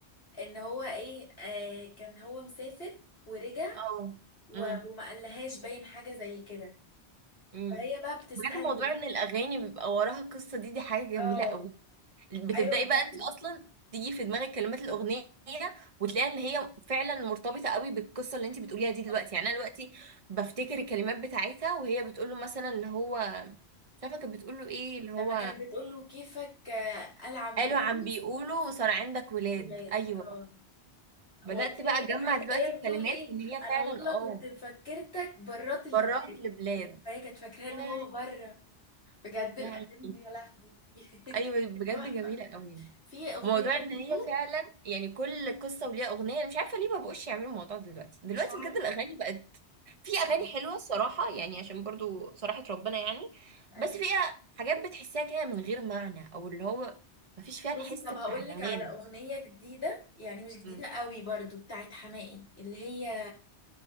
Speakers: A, on the left (about 65°); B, on the right (about 30°).
A: ان هو ايه آه كان هو مسافر ورجع
B: اه
A: و-
B: امم
A: وما قالهاش باين حاجه زي كده
B: امم
A: فهي بقى بتساله
B: بجد موضوع ان الاغاني بيبقى وراها قصه دي دي حاجه جميله
A: اه
B: قوي بتبداي
A: ايوه بقى.
B: بقى انت اصلا تيجي في دماغك كلمات الاغنيه وتلاقي ان هي فعلا مرتبطه قوي بالقصه اللي انت بتقوليها دي دلوقتي
A: طب
B: يعني انا دلوقتي بفتكر الكلمات بتاعتها وهي بتقول له مثلا اللي هو مش عارفه كانت بتقول له ايه اللي هو
A: لما كان بتقول له كيفك آه، قال عم بيقول
B: قالوا عم بيقولوا صار عندك ولاد
A: ولاد
B: ايوه
A: اه
B: بدأت
A: والله
B: بقى اجمع
A: حتى
B: دلوقتي
A: هي
B: الكلمات
A: بتقول ايه
B: وان هي
A: انا
B: فعلا
A: والله
B: اه
A: كنت مفكرتك برات اللي
B: برات
A: بجد
B: لبلاد
A: فهي كانت فاكراه ان هو
B: آه،
A: بره بجد الاغاني
B: يعني
A: دي يا لهوي <laughs>
B: ايوه بجد
A: تحفه
B: جميله قوي
A: في اغنيه
B: وموضوع ان
A: برضه
B: هي فعلا يعني كل قصه وليها اغنيه انا مش عارفه ليه ما بقوش يعملوا الموضوع ده دلوقتي دلوقتي
A: مش عارفه
B: بجد الاغاني بقت في
A: صعب
B: اغاني حلوه الصراحه يعني عشان برضو صراحه ربنا يعني
A: ايوه
B: بس فيها حاجات بتحسها كده من غير معنى او اللي هو مفيش فيها
A: بصي
B: الحس
A: طب
B: بتاع
A: هقول
B: زمان
A: لك على اغنيه جديده يعني مش جديده
B: مم.
A: قوي برضو بتاعت حماقي اللي هي